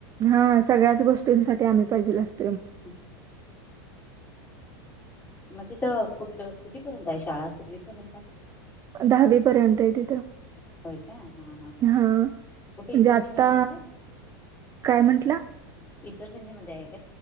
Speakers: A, on the right (about 25°); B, on the left (about 15°).
A: हा सगळ्याच गोष्टींसाठी आम्ही पाहिजेन असतो.
B: <unintelligible> मग तिथं कुठलं कितीपर्यंत आहे शाळा पूर्वीपर्यंत आहे.
A: दहावी पर्यंत आहे तिथं.
B: होय का हा हा
A: हां,
B: कुठे
A: म्हणजे
B: इसरगंजी
A: आत्ता
B: मध्ये का <inaudible>
A: काय म्हंटलं
B: इतर खंजी मध्ये आहेत <inaudible>